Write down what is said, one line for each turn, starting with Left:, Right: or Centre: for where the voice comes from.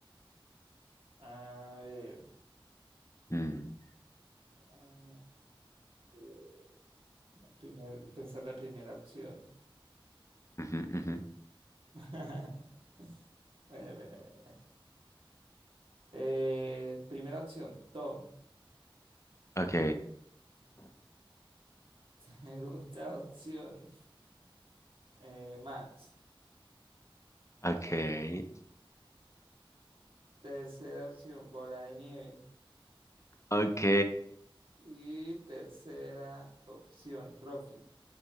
Right: A ver.
Left: Mm,
Right: A ver, la primer- pensar la primera opción.
Left: ujú, ujú.
Right: <laughs> Bueno, bueno, bueno. bueno. Eh, primera opción, Tom.
Left: Ok,
Right: <laughs> Segunda opción, eh, Matt.
Left: ok,
Right: Tercera opción, bola de nieve.
Left: ok.
Right: Y tercera opción, Rocky.